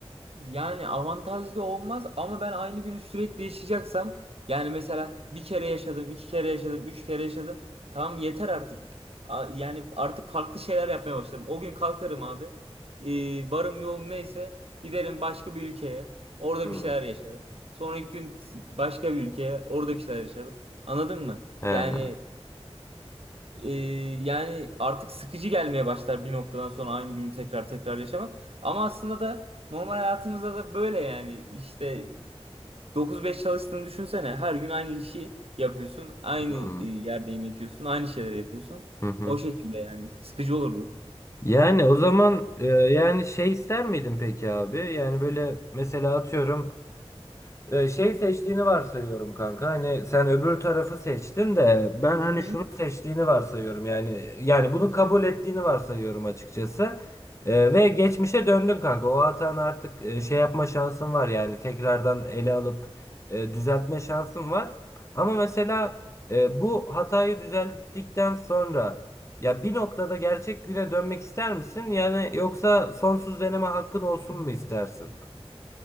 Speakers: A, on the right; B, on the left.
A: Yani avantajlı olmaz ama ben aynı günü sürekli yaşayacaksam yani mesela bir kere yaşadım, iki kere yaşadım, üç kere yaşadım. Tamam yeter artık. A- Yani artık farklı şeyler yapmaya başlarım. O gün kalkarım abi. Ee, varım yoğum neyse giderim başka bir ülkeye. Orada
B: Hmm.
A: bir şeyler yaşarım. Sonraki gün başka bir ülkeye. Orada bir şeyler yaşarım. Anladın mı?
B: He.
A: Yani ee, yani artık sıkıcı gelmeye başlar bir noktadan sonra aynı günü tekrar tekrar yaşamak. Ama aslında da normal hayatımızda da böyle yani işte 9-5 çalıştığını düşünsene. Her gün aynı işi yapıyorsun. Aynı
B: hmm,
A: e, yerde yemek yiyorsun. Aynı şeyleri yapıyorsun.
B: Hı hı.
A: O şekilde yani. Sıkıcı olurdu.
B: Yani o zaman e, yani şey ister miydin peki abi? Yani böyle mesela atıyorum Ee, şey seçtiğini varsayıyorum kanka. Hani sen öbür tarafı seçtin de ben hani
A: Hı hı.
B: şunu seçtiğini varsayıyorum. Yani yani bunu kabul ettiğini varsayıyorum açıkçası. Ee, ve geçmişe döndün kanka. O hatan artık e, şey yapma şansın var yani tekrardan ele alıp e, düzeltme şansın var. Ama mesela e, bu hatayı düzelttikten sonra ya bir noktada gerçek güne dönmek ister misin? Yani yoksa sonsuz deneme hakkın olsun mu istersin?